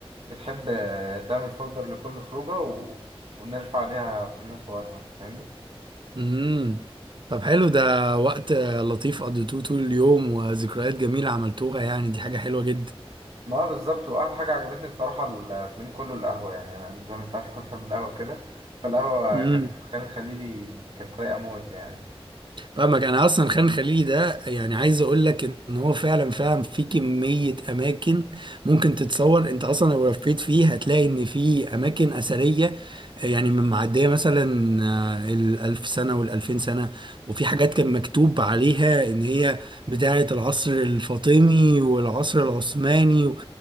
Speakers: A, on the right (about 70°); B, on the right (about 50°).
A: بتحب آه، تعمل فولدر لكل خروجة و... ونرفع عليها كلنا صورها فاهمني؟
B: امم طب حلو ده وقت لطيف قضيتوه طول اليوم وذكريات جميلة عملتوها يعني دي حاجة حلوة
A: ما هو بالظبط وأحلى حاجة عجبتني بصراحة الفيلم كله القهوة يعني أنا زي ما أنت عارف <laughs> أنا بحب القهوة كده فالقهوة
B: جدا
A: كانت في خان الخليلي كانت رايقة موت يعني
B: فاهمك انا اصلا خان خليلي ده يعني عايز اقول لك ان هو فعلا فعلا في كميه اماكن ممكن تتصور انت اصلا لو لفيت فيه هتلاقي ان في اماكن اثريه آه، يعني من معديه مثلا آه، الالف سنه والالفين سنه وفي حاجات كان مكتوب عليها ان هي بتاعه العصر الفاطمي والعصر العثماني و-